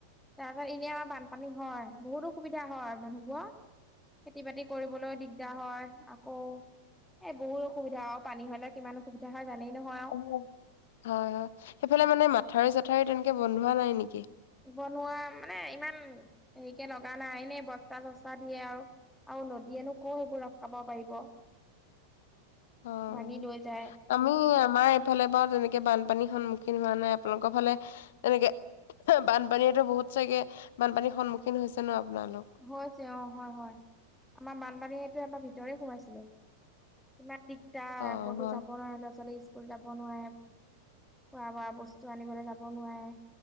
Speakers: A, in the centre; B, on the left.
A: তাৰপিছত এনেই আমাৰ বানপানী হয় বহুতো অসুবিধা হয় মানুহবোট খেতি বাতি কৰিবলৈও দিগদাৰ হয় অঁ। এ' বহুত অসুবিধা আৰু পানী হ'লে কিমান অসুবিধা হয় জানেই
B: <inaudible>
A: নহয় আৰু
B: হয় হয়। সেইফালে মানে মাথাউৰি চাত্‌ মথাৰিও তেনেকে বন্ধোৱা নাই নেকি
A: বনোৱা মানে-ইমান হেইকে লগা নাই এনে বস্তা- চস্তা দিয়ে আওঁ। আওঁ নদীয়েনো ক হেইবোৰ ৰখাব পাৰিব।
B: অঁ
A: ভাঙি
B: উম্‌
A: লৈ যায়
B: আমি আমাৰ এইফালে বা যেনেকে বানপানী । সন্মুখীন হোৱা নাই আপোনালোকৰ ফালে এনেকে বানপানীয়েতো বহুত চাগে বানপানীৰ সন্মুখীন হৈছে ন আপোনালোক
A: হৈছে অঁ' হয় হয়। আমাৰ বানপানীয়ে এবাৰ ভিতৰে সোমাইছিলে। তাৰ
B: অ
A: ক'তো
B: হয়
A: যাব নোৱাৰে ল'ৰা-ছোৱালী স্কুল যাব নোৱাৰে। খোৱা-বোৱা বস্তু আনিবলে যাব নোৱায়ে,